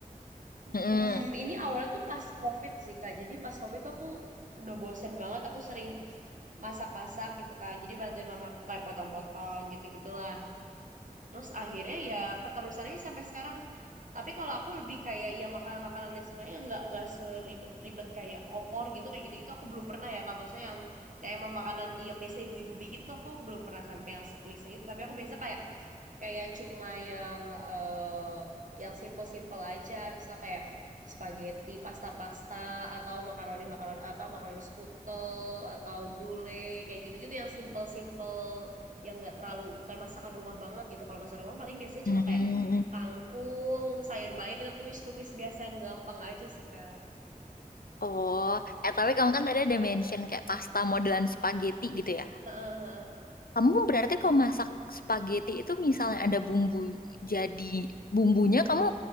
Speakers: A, on the right (about 60°); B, on the left (about 85°).
A: Mm,
B: Mm-mm.
A: ini awalnya tuh pas COVID sih Kak. Jadi pas COVID tuh aku udah bosen banget. Aku sering masak-masak gitu kan. Jadi bantuin mamaku kayak potong-potong gitu-gitulah. Terus akhirnya ya keterusannya sampai sekarang. Tapi kalau aku lebih kayak ya makanan-makanannya sebenarnya nggak nggak seribet-ribet kayak opor gitu kayak gitu-gitu aku belum pernah ya Kak. Maksudnya yang yang emang makanan yang biasa ibu-ibu bikin tuh aku belum pernah sampai yang seklise itu. Tapi aku biasa kayak kayak cuma yang eh yang simple-simple aja misal kayak spaghetti pasta-pasta atau makaroni makaroni apa makaroni skutel atau brulee kayak gitu-gitu yang simple-simple yang nggak terlalu bukan masakan rumah banget gitu kalau masakan rumah paling biasanya
B: Hmm.
A: cuma kayak kangkung sayur bayam itu tumis-tumis biasa yang gampang aja sih kak
B: Oh, eh tapi kamu kan tadi ada mention kayak pasta modelan spaghetti gitu ya.
A: Heeh, heeh.
B: Kamu berarti kalau masak spaghetti itu misalnya ada bumbu jadi bumbunya kamu